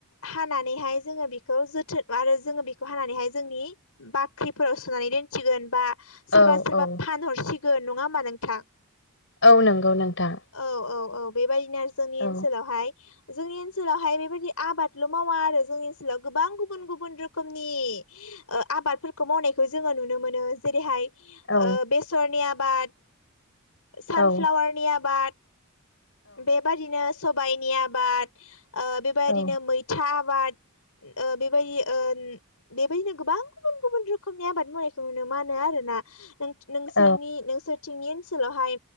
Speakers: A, on the left; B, on the left.
A: हानानैहाय जोङो बेखौ जोथोन आरो जोङो बेखौ हानानैहाय जोंनि बाख्रिफोराव सोनानै दोनसिगोन बा सोरबा
B: औ
A: सोरबा
B: औ
A: फानहरसिगोन। नङा होमबा नोंथां?
B: औ नोंगौ नोंथां।
A: औ औ औ बेबायदिनो जोंनि ओनसोलावहाय
B: औ
A: जोंनि ओनसोलावहाय बेबायदि आबादल' मावा आरो जोंनि ओनसोलाव गोबां गुबुन गुबुन रोखोम नि ओ आबादफोरखौ मावनायखौ जोङो नुनो मोनो जेरैहाय
B: औ
A: ओ बेसरनि आबाद सानफ्लावारनि
B: औ
A: आबाद बेबायदिनो सबाइनि आबाद ओ बेबायदिनो
B: औ
A: मैथा आबाद ओ बेबायदि ओ बेबायदिनो गोबां गुबुन गुबुन रोखोमनि आबाद मावनायखौ नुनो मानो आरोना। नों-नोंसोरनि
B: औ
A: नोंसोरथिंनि ओनसोलावहाय